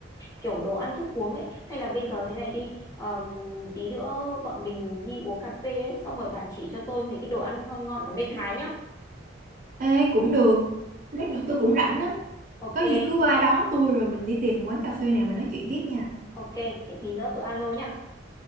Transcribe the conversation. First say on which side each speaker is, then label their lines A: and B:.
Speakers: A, on the left; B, on the right.
A: kiểu đồ ăn thức uống ấy. Hay là bây giờ thế này đi. ờm, tí nữa bọn mình đi uống cà phê ấy. Xong rồi bà chỉ cho tôi mấy cái đồ ăn ngon ngon ở bên Thái nhá.
B: Ê, cũng được lát nữa tôi cũng rảnh á
A: Ok,
B: có gì cứ qua đón tôi rồi mình đi tìm quán cà phê nào mình nói chuyện tiếp nha
A: ok. Để tí nữa tôi alo nhá.